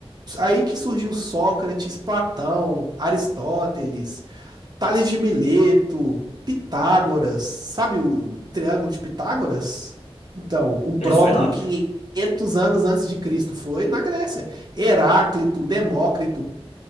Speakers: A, on the right (about 40°); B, on the left (about 80°).
A: Aí que surgiu Sócrates, Platão, Aristóteles, Tales de Mileto, Pitágoras, sabe o, o Triângulo de Pitágoras? Então, o próprio
B: Ele foi lá?
A: 500 anos antes de Cristo foi na Grécia. Heráclito, Demócrito,